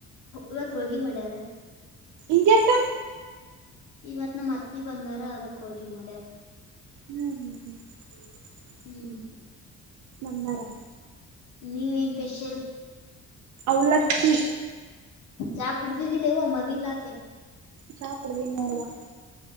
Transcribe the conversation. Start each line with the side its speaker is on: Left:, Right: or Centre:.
Left: ಇವತ್ ಹೋಳ್ಗಿ ಮಾಡ್ಯಾರ.
Right: ಇಗ್ ಯಾಕ್ಕ
Left: ಇವತ್ ನಮ್ಮ ಅತ್ತಿ ಬಂದಾರ ಅದಕ್ ಹೋಳ್ಗಿ ಮಾಡ್ಯಾರ.
Right: ಹ್ಮ್ ಹ್ಮ್ ಹ್ಮ್
Left: ಹ್ಮ್
Right: ಬಂದಾರ.
Left: ನೀವ್ ಏನ್ ಪೆಷಲ್.
Right: ಅವಲಕ್ಕಿ
Left: ಚಾ ಕುಡ್ದಿದಿಲೆಯವ್ವ ಮರಿಲಾರ್ದೆ.
Right: ಚಾ ಕೊಡ್ದಿನ್ ನೋಡುವ.